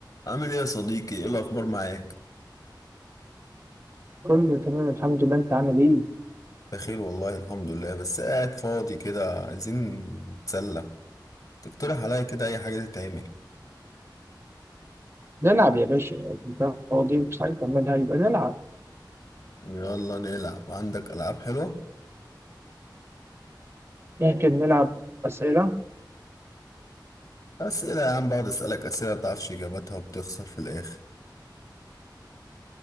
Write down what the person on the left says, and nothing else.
عامل ايه يا صديقي ايه الاخبار معاك
بخير والله الحمد لله بس قاعد فاضي كده عايزين نتسلى تقترح عليا كده اي حاجه تتعمل
يلا نلعب عندك العاب حلوه
اسئله يا عم بقعد اسالك اسئله متعرفش اجاباتها وبتخسر في الاخر